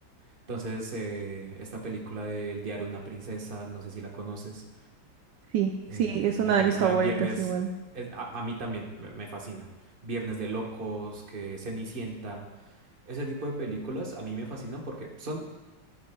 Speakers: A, on the right (about 30°); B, on the right (about 75°).
A: Entonces, eh, esta película de El diario de una princesa, no sé si la conoces,
B: Sí,
A: eh,
B: sí, es una
A: la película
B: de mis favoritas
A: de Viernes,
B: igual.
A: es- a, a mí también me, me fascina. Viernes de Locos, que Cenicienta, ese tipo de películas a mí me fascinan porque son